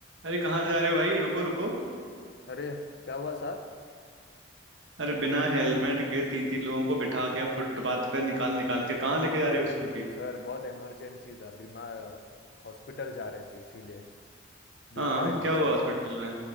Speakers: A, on the right; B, on the left.
A: अरे कहाँ जा रहे हो भाई रुको रुको
B: अरे क्या हुआ साहब
A: अरे बिना हेलमेट के तीन तीन लोगों को बिठा के फुटपाथ पे निकाल निकाल के कहाँ लेके जा रहे हो स्कूटी
B: सर बहुत इमरजेंसी था बीमार हॉस्पिटल जा रहे थे इसीलिए बीमार
A: हाँ
B: है बेचारा
A: क्या हुआ हॉस्पिटल में